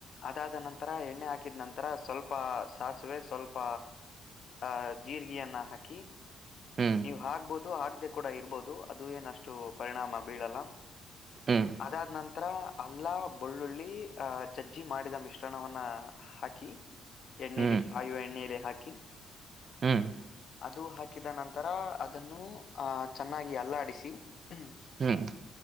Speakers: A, on the left (about 55°); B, on the right (about 45°).
A: ಅದಾದ ನಂತರ ಎಣ್ಣೆ ಹಾಕಿದ ನಂತರ ಸ್ವಲ್ಪ ಸಾಸಿವೆ ಸ್ವಲ್ಪ. ಆ ಜೀರಿಗೆಯನ್ನ ಹಾಕಿ
B: ಹ್ಮ್
A: ನೀವು್ ಹಾಕಬವುದು ಹಾಕದೆ ಕೂಡ ಇರ್ಬೋದು ಅದು ಏನಷ್ಟು ಪರಿಣಾಮ ಬೀಳಲ್ಲ.
B: ಹ್ಮ್
A: ಅದಾದ ನಂತರ ಅಲ್ಲಾ ಬಳ್ಳುಳ್ಳಿ ಲಿ... ಅ ಜಜ್ಜಿ ಮಾಡಿದ ಮಿಶ್ರಣವನ್ನ ಹಾಕಿ..... ಎಣ್ಣಲಿ.
B: ಹ್ಮ್
A: ಕಾಯುವ ಎಣ್ಣಲೆ ಹಾಕಿ
B: ಹ್ಮ್
A: ಅದು ಹಾಕಿ ಹಾಕಿದ ನಂತರ ಅದನ್ನು ಅಹ ಚೆನ್ನಾಗಿ ಅಲ್ಲಾಡಿಸಿ ಹ್ಮ
B: ಹ್ಮ್